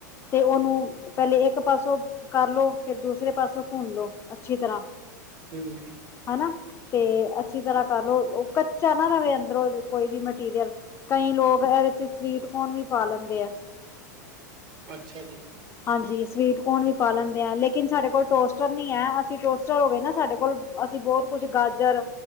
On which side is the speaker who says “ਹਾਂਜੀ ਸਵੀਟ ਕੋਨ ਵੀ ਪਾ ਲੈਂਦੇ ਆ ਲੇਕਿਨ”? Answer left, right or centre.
Left